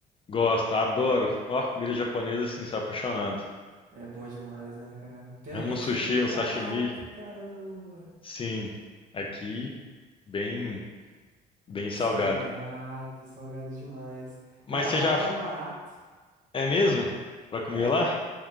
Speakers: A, on the left; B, on the right.
A: Gosto, adoro. Ó, comida japonesa assim, sou apaixonado.
B: É bom demais, né, cara? Pena
A: Amo
B: que aqui
A: um sushi,
B: é
A: um
B: caro
A: sashimi.
B: pra caramba.
A: Sim. Aqui, bem, bem
B: Salgado,
A: salgado.
B: salgado demais.
A: Mas
B: Cara,
A: você
B: lá
A: já
B: é tão barato.
A: É mesmo? Pra comer
B: É?
A: lá?